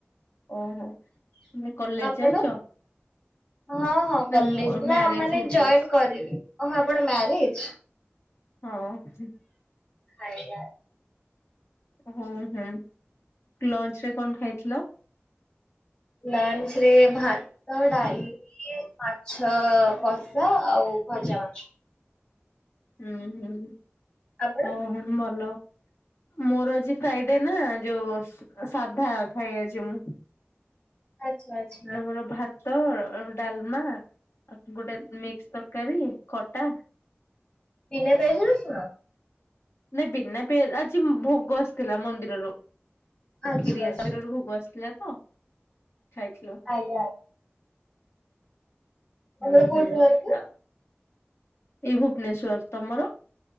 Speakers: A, on the left (about 70°); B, on the left (about 25°).
A: ଓହୋ ମାନେ କଲେଜ
B: ଆପଣ?
A: ଯାଉଛ?
B: ହଁ ହଁ
A: ନା
B: କଲେଜ
A: ମୋ ମ୍ୟାରେଜ
B: ନା ମାନେ
A: ହେଇଯାଇଛି
B: ଜଏନ୍ କରିବି। ଓ ହଁ ଆପଣ ମ୍ୟାରେଜ?
A: ହଁ ହୁଁ।
B: ଆଜ୍ଞା।
A: ହୁ ହୁ ଲଞ୍ଚ ରେ କଣ ଖାଇଥିଲ?
B: ଲଞ୍ଚ ରେ ଭାତ, ଡାଲି ମାଛ କଷା ଆଉ ଭଜା ମାଛ।
A: ହୁଁ ହୁଁ।
B: ଆପଣ?
A: ଓହୋ ଭଲ। ମୋର ଆଜି ଫ୍ରାଇଡେ ନା ଯୋଉ ସାଧା ଖାଏ ଆଜି ମୁଁ।
B: ଆଚ୍ଛା, ଆଚ୍ଛା।
A: ଆମର ଭାତ, ଡାଲମା ଆ ଗୋଟେ ମିକ୍ସ ତରକାରୀ। ଖଟା।
B: ବିନା ପିଆଜ ରସୁଣ?
A: ନାଇଁ ବିନା ପିଆ, ଆଜି ଭୋଗ ଆସିଥିଲା ମନ୍ଦିରରୁ। ଓ
B: ଆଚ୍ଛା
A: କ୍ଷୀରି ଏ
B: ଆଚ୍ଛା।
A: ସାରିରୁ ଭୋଗ ଆସିଥିଲା ତ ଖାଇଥିଲୁ।
B: ଆଜ୍ଞା। ଆପଣ
A: ହୁଁ
B: କୋଉଠି
A: ହୁଁ
B: ରୁହନ୍ତି?
A: ଆ ଏଇ ଭୁବନେଶ୍ଵର ତମର?